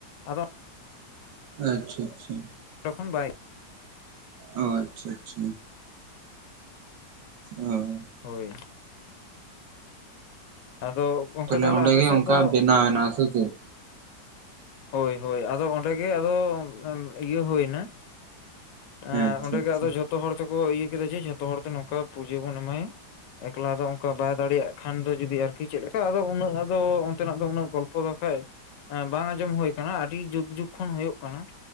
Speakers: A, on the left (about 75°); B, on the right (about 85°).
A: ᱟᱫᱚ
B: ᱟᱪᱪᱷᱟ ᱟᱪᱪᱷᱟ
A: ᱛᱠᱷᱚᱱ ᱵᱟᱭ
B: ᱚ ᱟᱪᱪᱷᱟ ᱟᱪᱪᱷᱟ ᱚ
A: ᱦᱳᱭ ᱟᱫᱚ ᱜᱚᱝᱠᱮ
B: ᱛᱟᱦᱞᱮ
A: ᱛᱟᱦᱚᱞᱮ
B: ᱚᱸᱰᱮᱜᱮ
A: ᱟᱯᱮ ᱥᱮᱫ
B: ᱚᱱᱠᱟ
A: ᱫᱚ
B: ᱵᱮᱱᱟᱣ ᱮᱱᱟ ᱥᱮ ᱪᱮᱫ
A: ᱦᱳᱭ ᱦᱳᱭ ᱟᱫᱚ ᱚᱸᱰᱮ ᱜᱮ ᱟᱫᱚ ᱤᱭᱟᱹ ᱦᱩᱭᱱᱟ ᱦᱮᱸ
B: ᱟᱪᱪᱷᱟ
A: ᱚᱸᱰᱮ
B: ᱟᱪᱪᱷᱟ
A: ᱜᱮ ᱟᱫᱚ ᱡᱚᱛᱚ ᱡᱷᱚᱛᱚ ᱦᱚᱲ ᱛᱮᱠᱚ ᱤᱭᱟᱹ ᱠᱮᱫᱟ ᱡᱮ ᱡᱷᱚᱛᱚ ᱦᱚᱲᱛᱮ ᱱᱚᱝᱠᱟ ᱯᱩᱡᱟᱹ ᱵᱚᱱ ᱮᱢᱟᱭᱟ ᱮᱠᱞᱟ ᱫᱚ ᱚᱱᱠᱟ ᱵᱟᱭ ᱫᱟᱲᱮᱭᱟᱜ ᱠᱷᱟᱱᱫᱚ ᱡᱩᱫᱤ ᱟᱨᱠᱤ ᱪᱮᱫᱞᱮᱠᱟ ᱟᱫᱚ ᱩᱱᱟᱹᱜ ᱟᱫᱚ ᱚᱱᱛᱮᱱᱟᱜ ᱫᱚ ᱩᱱᱟᱹᱜ ᱜᱚᱞᱯᱚ ᱫᱚ ᱟᱠᱷᱟᱡ ᱮ ᱵᱟᱝ ᱚᱡᱚᱢ ᱦᱩᱭ ᱠᱟᱱᱟ ᱟᱹᱰᱤ ᱡᱩᱜ ᱡᱩᱜ ᱠᱷᱚᱱ ᱦᱳᱭᱳᱜ ᱠᱟᱱᱟ